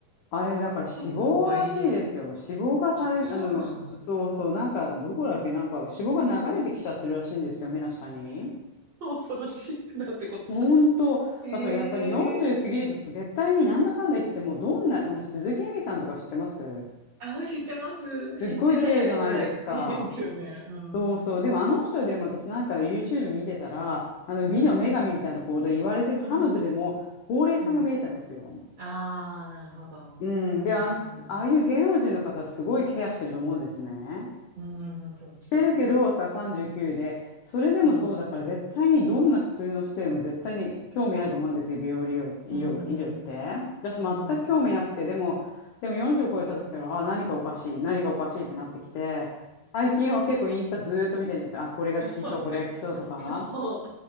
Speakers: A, on the left; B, on the right.
A: あれだから脂肪らしいですよ。
B: 直後はいいけど、
A: 脂肪がたる、
B: あ、そうなんだ。
A: あの、そうそう、なんかどこだっけ、なんか脂肪が流れてきちゃってるらしいんですよ、目の下に。
B: 恐ろしい。なんてこった。
A: 本当、
B: ええ
A: だからやっぱり40過ぎるとそう絶対になんだかんだ言ってもうどんな、あの鈴木恵美さんとか知ってます
B: あ、知ってます。信じられないぐらい確認ですよね。
A: すっごい綺麗じゃないですか。
B: うん。
A: そうそう。でもあの人でも私なんか YouTube 見てたら、あの美の女神みたいなこと言われてる彼女でも、
B: うん。うん。
A: ほうれい線が見えたんですよ。
B: うん。ああ、なるほど。
A: うん。
B: うん。
A: で、あの、ああいう芸能人の方はすごいケアしてると思うんですね。
B: うん、そうですね。
A: してるけどさ、39で、それでもそうだから絶対にどんな普通の人でも絶対に興味あると思うんですよ、
B: うん。
A: 美容利用、医療、
B: うん。
A: 医療って。
B: うん。
A: 私全く興味なくて、
B: うん
A: でも、でも40を超えた時から、あ、何かおかしい、何かおかしいってなってきて、最近は結構インスタずーっと見てるんです。あ、これが効きそう、
B: わかるでも
A: これが効きそうとか。